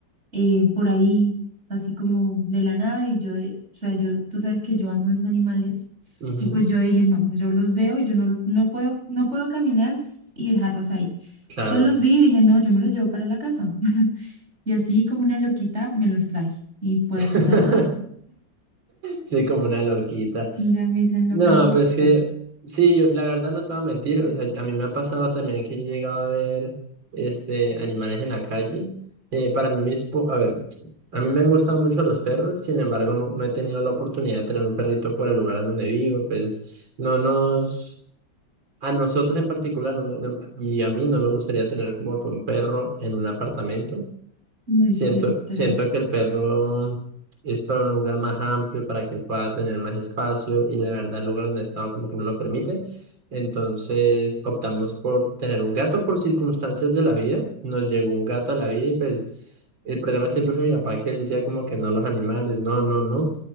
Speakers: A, on the right (about 35°); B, on the right (about 80°).
A: eh, por ahí, así como de la nada, y yo, eh, o sea, yo, tú sabes que yo amo los animales,
B: Ujú,
A: y pues yo dije, no, yo los veo y yo no, no puedo, no puedo caminar s- y dejarlos ahí.
B: claro.
A: Entonces los vi y dije, no, yo me los llevo para la casa. <laughs> Y así como una loquita me los traje. Y pues
B: <laughs>
A: nada,
B: Soy como una loquita.
A: ya me dicen
B: No,
A: loca de los
B: pero es que
A: perros.
B: yo, sí, yo, la verdad no te voy a mentir, o sea, a mí me ha pasado también que yo he llegado a ver, este, animales en la calle. Eh, para mí mismo, a ver, a mí me han gustado mucho los perros, sin embargo, no, no he tenido la oportunidad de tener un perrito por el lugar en donde vivo, pues no nos... A nosotros en particular, no, no- no- y a mí no me gustaría tener como que un perro en un apartamento.
A: No, y
B: Siento,
A: sí, es tenaz.
B: siento que el perro es para un lugar más amplio, para que él pueda tener más espacio y la verdad el lugar donde he como que no lo permite. Entonces optamos por tener un gato por circunstancias de la vida. Nos llegó un gato a la vida y pues el problema siempre fue mi papá que él decía como que no los animales, no, no, no.